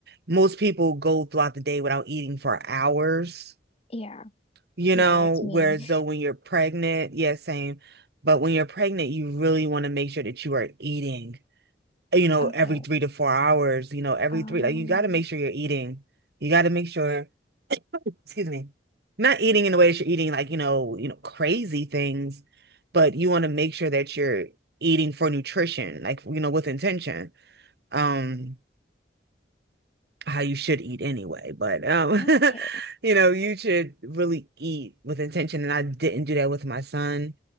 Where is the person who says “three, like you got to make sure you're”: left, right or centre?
Right